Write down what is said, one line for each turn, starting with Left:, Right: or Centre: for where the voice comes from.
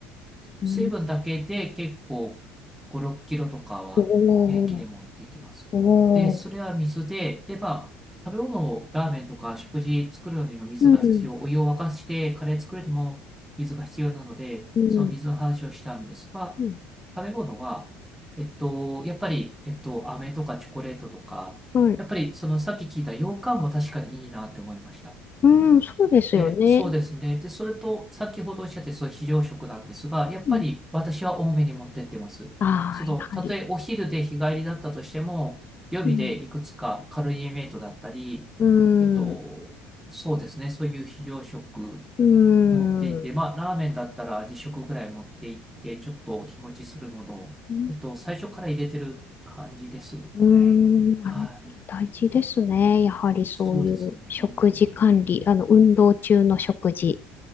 Left: うん。
Centre: 水分だけで結構5、6キロとかは平気で持っていきます。
Left: おお、おお。
Centre: で、それは水で、で、まあ、食べ物をラーメンとか食事作るのにも水が必要、
Left: うん、
Centre: お湯を沸かしてカレー作るにも水が必要なので、
Left: うん、
Centre: その水の話をしたんですが、
Left: うん。
Centre: 食べ物は、えっと、やっぱり、えっと、飴とかチョコレートとか、
Left: はい。
Centre: やっぱりそのさっき聞いた羊羹も確かにいいなって思いました。
Left: うん、そうですよね。
Centre: で、そうですね。で、それと、先ほどおっしゃって、そう、非常食なんですが、やっぱり私は多めに持ってってます。
Left: うん。ああ、
Centre: その、
Left: やはり。
Centre: たとえお昼で日帰りだったとしても、予備でいくつかカロリーメイトだったり、
Left: うん、うーん、
Centre: えっと、
Left: う
Centre: そうですね。そういう非常食
Left: ーん。
Centre: 持っていて、まあ、ラーメンだったら2食ぐらい持っていって、ちょっと日持ちするものを、
Left: うん
Centre: えっと、最初から入れてる感じですね。
Left: うーん、なるほど。
Centre: はい。
Left: 大事ですね。やはりそういう食事管理、
Centre: そうですね。
Left: あの、運動中の食事。